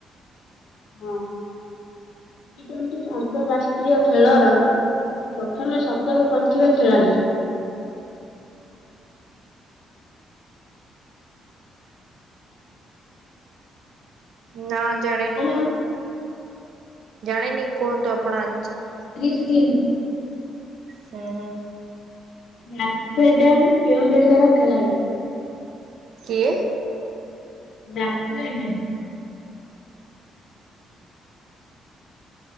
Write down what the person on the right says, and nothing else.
ନା ଜାଣିନି।
ଜାଣେନି କୁହନ୍ତୁ ଆପଣ ଆନ୍ସର।
ହୁଁ ହୁଁ।
କିଏ।